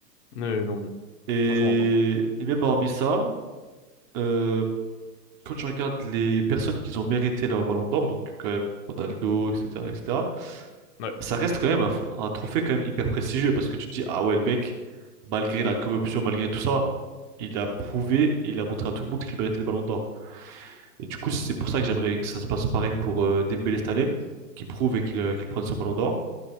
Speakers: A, on the left; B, on the right.
A: Non, non, mais
B: Et,
A: moi, je comprends
B: et même hormis ça, euh, quand tu regardes les personnes qui ont mérité leur ballon d'or, donc quand même Ronaldo, etc., etc.,
A: pas. Ouais.
B: ça reste quand même un, f- un trophée quand même hyper prestigieux parce que tu te dis, ah ouais, le mec, malgré la corruption, malgré tout ça, il a prouvé et il a montré à tout le monde qu'il méritait le ballon d'or. Et du coup, c'est pour ça que j'aimerais que ça se passe pareil pour euh, Dembélé cette année, qui prouve et qu'il euh, qu'il prenne son ballon d'or.